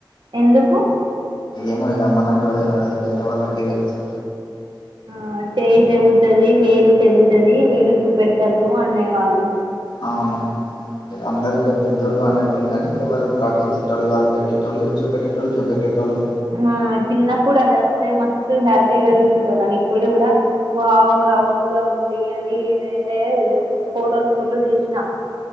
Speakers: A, on the right; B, on the left.
A: ఎందుకు
B: ఏమా అది ఇగ మనకు కూడా తెల్వది పెద్దవాళ్ళకే తెలుసు
A: ఆ చేయి తెగుతది వేలు తెగుతుది వేలు చూపెట్టద్దు అనేవాళ్ళు
B: అవును అందరూ ఇగ పెద్దోళ్ళు అనేటోళ్ళు కానీ ఎవరూ పాటించేటోళ్ళు కాదు పెట్టేటోళ్ళు చూపెట్టేటోళ్లు చూపెట్టేటోళ్లు
A: ఆ చిన్నప్పుడు అది అస్తే మస్ట్ హ్యాపీగా చూసేటోళ్ళం ఇప్పుడు కూడా వావ్ రౌండ్ గా ఉంది అని నేనైతే ఈ ఫోటోలు ఫుల్ తీసినా